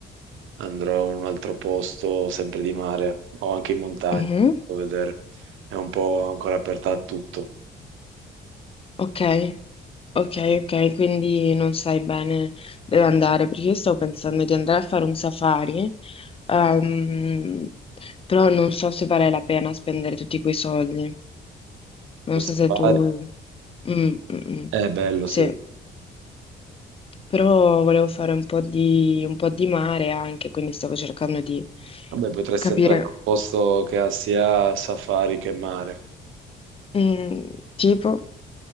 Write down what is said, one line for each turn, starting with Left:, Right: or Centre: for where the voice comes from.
Right: andrò in un altro posto, sempre di mare o anche in montagna,
Left: Mhm.
Right: a vedere. È un po' ancora aperta a tutto.
Left: Ok, ok, ok, quindi non sai bene dove andare, perché io stavo pensando di andare a fare un safari, ehm, però non so se vale la pena spendere tutti quei soldi. Non
Right: Un safari?
Left: so se tu... Mm, mm, mm.
Right: È bello,
Left: Sì,
Right: sì.
Left: però volevo fare un po' di, un po' di mare anche, quindi stavo cercando di
Right: Vabbè, potresti
Left: capire.
Right: andare in un posto che ha sia safari che mare,
Left: Mm, tipo?